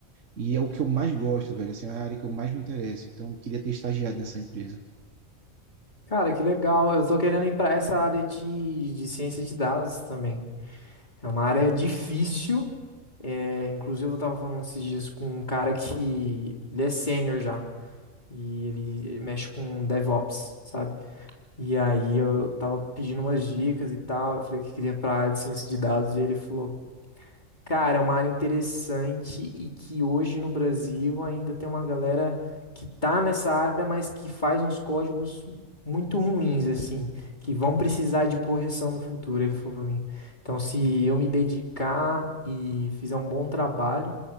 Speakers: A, on the right (about 65°); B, on the left (about 35°).
A: E é o que eu mais gosto, velho. Assim, é a área que eu mais me interesso. Então, eu queria ter estagiado nessa empresa.
B: Cara, que legal. Eu tô querendo ir pra essa área de, de ciência de dados também. É uma área difícil. É, inclusive, eu tava falando esses dias com um cara que ele é sênior já. E ele mexe com DevOps, sabe? E aí eu tava pedindo umas dicas e tal. Eu falei que queria ir pra área de ciência de dados. E ele falou, Cara, é uma área interessante e que hoje no Brasil ainda tem uma galera que tá nessa área, mas que faz uns códigos muito ruins, assim, que vão precisar de correção no futuro, ele falou pra mim. Então, se eu me dedicar e fizer um bom trabalho,